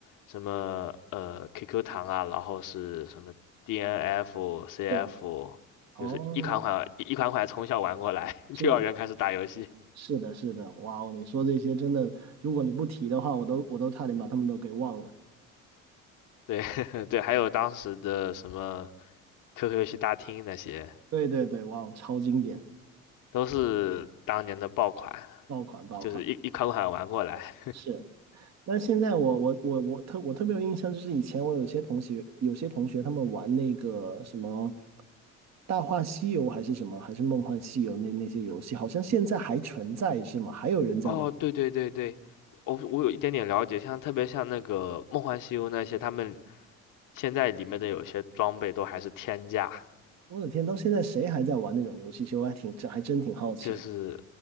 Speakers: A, on the left; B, on the right.
A: 什么呃 QQ 糖啊，然后是什么 DNF、CF，
B: 对。哦，
A: 就是一款款一一款款从小玩过来，<laughs>
B: 是
A: 幼儿园开始打游戏。
B: 是的，是的，哇哦，你说这些真的，如果你不提的话，我都我都差点把他们都给忘了。
A: 对 <laughs> 对，还有当时的什么 QQ 游戏大厅那些，
B: 对对对，哇哦，超经典，
A: 都是当年的爆款，
B: 爆款爆款。
A: 就是一一款款玩过来。
B: 是，那现在我我我我特我特别有印象，就是以前我有些同学有些同学他们玩那个什么《大话西游》还是什么还是《梦幻西游》那那些游戏，好像现在还存在是吗？还有人在玩？
A: 哦，对对对对，我我有一点点了解，像特别像那个《梦幻西游》那些，他们现在里面的有些装备都还是天价。
B: 我的天，到现在谁还在玩那种游戏？其实我还挺还真挺好奇的
A: 就是